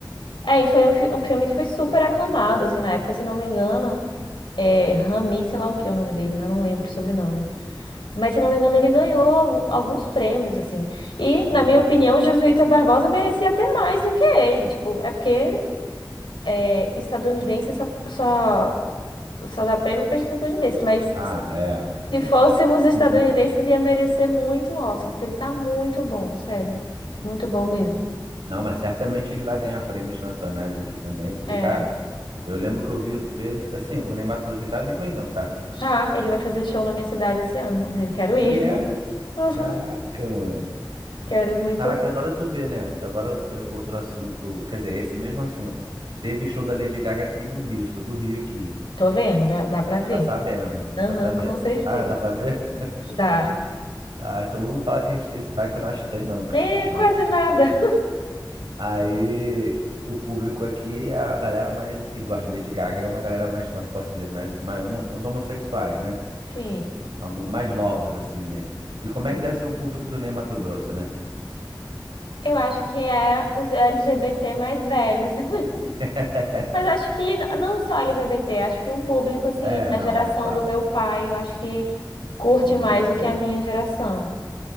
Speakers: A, on the left; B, on the right.
A: É, e foi um, fi- um filme que foi super aclamado, assim, na época, se não me engano, é Rami, sei lá o que é o nome dele, né? não lembro o sobrenome. Mas, se não me engano, ele ganhou al- alguns prêmios, assim. E,
B: Sim,
A: na minha opinião,
B: sim.
A: Jesuíta Barbosa merecia até mais do que ele, tipo, é porque é, estadunidense só, só, só dá prêmio para estadunidense, mas
B: Ah,
A: se
B: é. Hum.
A: Se fôssemos estadunidenses,
B: <laughs>
A: ia merecer muito o Oscar, porque ele tá muito bom, sério. Muito bom mesmo.
B: Não, mas certamente ele vai ganhar prêmios nacionais aqui também, porque,
A: É.
B: cara, eu lembro que eu vi o trailer. Assim, o Ney Matogrosso, ele tá vivo ainda, não tá?
A: Tá, ele vai fazer show na minha cidade esse ano, inclusive, quero ir.
B: E é.
A: <laughs> Uhum,
B: Caraca, mano.
A: Quero muito.
B: Caraca, agora tu vê, né? Agora eh, outro assunto. Quer dizer, esse mesmo assunto. Teve show da Lady Gaga aqui no Rio, sou do Rio aqui.
A: Tô vendo, dá, dá pra ver.
B: Você tá sabendo, né? Você
A: Aham,
B: tá sabendo.
A: com certeza.
B: Ah, dá pra ver?
A: Dá.
B: Ah, todo mundo fala que a gente tem sotaque, eu não acho que tem, não,
A: Nem
B: cara. Mas...
A: é quase nada.
B: Aí o público aqui é a galera mais assim, que gosta de Lady Gaga, é uma galera mais, como é que eu posso dizer, mais, mais um- uns homossexuais, né?
A: Sim,
B: Algum- Mais novos, assim, né? E como
A: sim.
B: é que deve ser o público do Ney Matogrosso, né?
A: Eu acho que é os LGBT mais velhos. né
B: <laughs>
A: <laughs> Mas acho que n- não só LGBT, acho que um público, assim,
B: É,
A: a
B: não,
A: geração
B: é, claro.
A: do meu pai, eu acho que curte
B: Isso,
A: mais do que
B: isso.
A: a minha geração.